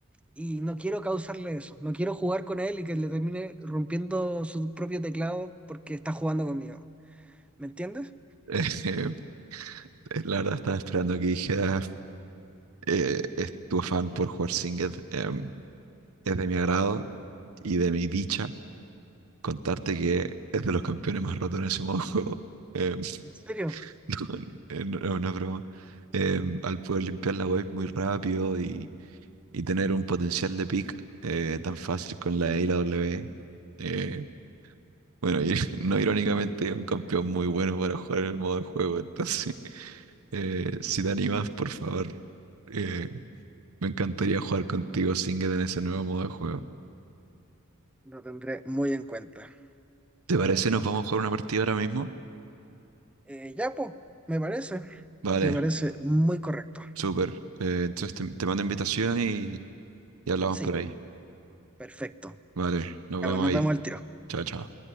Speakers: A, in the centre; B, on the right (about 80°).
A: y no quiero causarle eso. No quiero jugar con él y que le termine rompiendo su propio teclado porque está jugando conmigo. ¿Me entiendes?
B: <laughs> Eh, la verdad estaba esperando que dijeras eh, es tu afán por jugar Singed. Em, Es de mi agrado y de mi dicha contarte que es de los campeones más rotos en ese <laughs> modo de juego. Em,
A: ¿En serio?
B: <laughs> no, eh, no no es una broma. Em, al poder limpiar la wave muy rápido y, y tener un potencial de pick eh, tan fácil con la E y la W. eh, bueno, y <laughs> no irónicamente, un campeón muy bueno para jugar en el modo de juego. Entonces, <laughs> eh, si te animas, por favor, eh, me encantaría jugar contigo, Singed, en ese nuevo modo de juego.
A: Lo tendré muy en cuenta,
B: ¿Te
A: la
B: parece?
A: verdad.
B: ¿Nos vamos a jugar una partida ahora mismo?
A: Eh, ya, pues, me parece,
B: Vale.
A: me parece muy correcto.
B: Súper. Eh, entonces te, te mando invitación y, y hablamos
A: Sí,
B: por ahí.
A: perfecto.
B: Vale, nos
A: Ya,
B: vemos
A: pues, nos
B: ahí.
A: vemos al tiro.
B: Chao, chao.